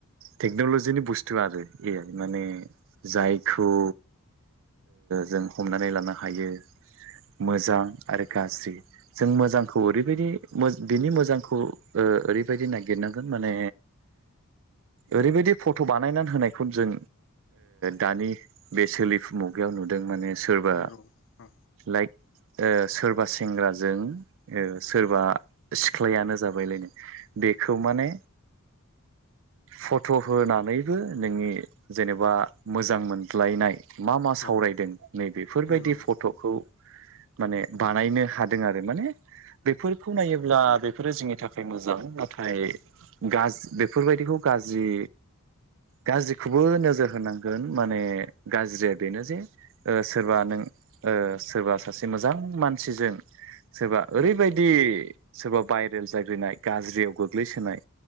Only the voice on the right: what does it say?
टेकनलजिनि बुस्तु आरो। ए माने जायखौ। जों हमनानै लानो हायो। मोजां आरो गाज्रि जों मोजांखौ ओरैबायदि बिनि मोजांखौ। ओ ओरै बादि नागिरनांगोन माने आरैबादि फथ बानायनानै होनायखौ जों दानि बे सोलिफु मुगायाव नुदों माने सोरबा
लाइक ओ सोरबा सेंग्राजों सोरबा सिख्लायानो जाबायलायनो बेखौ माने फट' होनानै बो नोंनि जेनेबा मोजां मोनज्लायनाय मा मा सावरायदों
नैबेफोरबायदि
फट'खौ। माने बानायनो हादों आरो माने बेफोरखौ नायोब्ला बेफोरो जोंनि थाखाय मोजां नाथाय गाज्रि बेफोरबायदिखौ गाज्रि। गाज्रिखौबो नोजोर होनांगोन माने गाज्रिया बेनो जे सोरबा नों। ओ सोरबा सासे मोजां मानसिजों सोरबा ओरैबायदि।
सोरबा भाइरेल जाग्रोनाय गाज्रियाव गोग्लैसोनाय